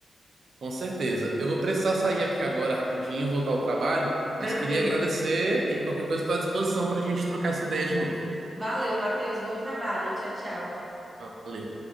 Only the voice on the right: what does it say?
Com certeza. Eu vou precisar sair aqui agora rapidinho, voltar ao trabalho,
mas queria agradecer e qualquer coisa estou à disposição para a gente trocar essa ideia de novo.
Valeu.